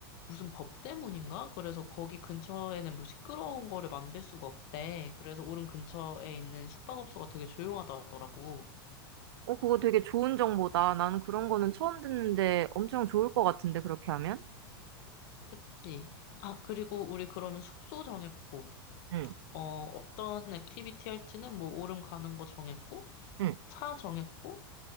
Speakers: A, on the left; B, on the right.
A: 무슨 법 때문인가? 그래서 거기 근처에는 뭐 시끄러운 거를 만들 수가 없대. 그래서 오름 근처에 있는 숙박업소가 되게 조용하다 하더라고.
B: 어, 그거 되게 좋은 정보다. 나는 그런 거는 처음 듣는데 엄청 좋을 것 같은데, 그렇게 하면?
A: 그치. 아, 그리고 우리 그러면 숙소 정했고,
B: 응.
A: 어, 어떤 액티비티 할지는 뭐 오름 가는 거 정했고,
B: 응.
A: 차 정했고,